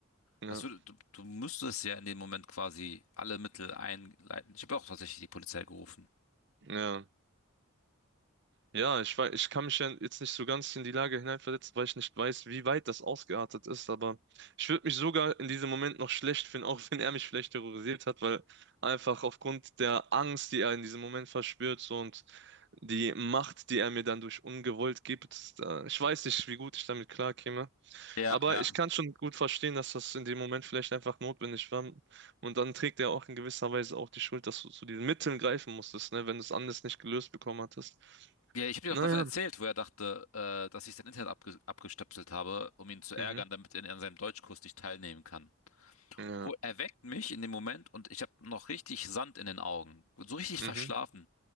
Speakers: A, on the right; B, on the left.
A: ja,
B: Was würd, du, du müsstest ja in dem Moment quasi alle Mittel einleiten. Ich habe auch tatsächlich die Polizei gerufen.
A: ja. Ja, ich weiß, ich kann mich ja jetzt nicht so ganz in die Lage hineinversetzen, weil ich nicht weiß, wie weit das ausgeartet ist, aber ich würde mich sogar in diesem Moment noch schlecht finden, auch wenn er mich vielleicht terrorisiert hat, weil einfach aufgrund der Angst, die er in diesem Moment verspürt so, und die Macht, die er mir dann durch Ungewollt gibt, äh, ich weiß nicht, wie gut ich damit klarkäme,
B: Ja,
A: aber
B: ja.
A: ich kann schon gut verstehen, dass das in dem Moment vielleicht einfach notwendig war und dann trägt er auch in gewisser Weise auch die Schuld, dass du zu diesen Mitteln greifen musstest, ne, wenn du es anders nicht gelöst bekommen hattest.
B: Ja, ich habe dir
A: Naja.
B: auch davon erzählt, wo er dachte, äh, dass ich sein Internet abge abgestöpselt habe, um ihn zu ärgern,
A: Mhm.
B: damit er an seinem Deutschkurs nicht teilnehmen kann.
A: Ja.
B: Ru- Er weckt mich in dem Moment und ich habe noch richtig Sand in den Augen, so richtig
A: Mhm.
B: verschlafen.